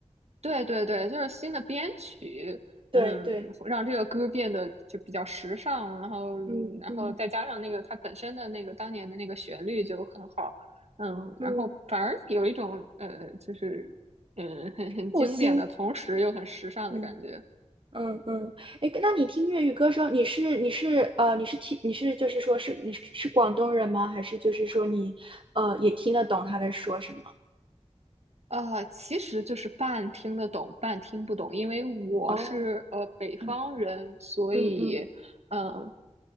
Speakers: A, on the right; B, on the right.
A: 对对对，就是新的编曲，
B: 对对。
A: 嗯，让这个歌变得就比较时尚，然后嗯然后再加上那个它本身的那个当年的那个旋律就很好，
B: 嗯嗯
A: 嗯，
B: 嗯，
A: 然后反而有一种呃，就是嗯很很经典的同时又很时尚的感觉。
B: 复兴，嗯嗯嗯，哎，那你听粤语歌的时候，你是你是呃你是听你是就是说是你是是广东人吗？还是就是说你呃也听得懂他在说什么？
A: 呃，其实就是半听得懂，半听不懂，因为我是呃北方人，
B: 哦，嗯
A: 所以
B: 嗯嗯，
A: 嗯、呃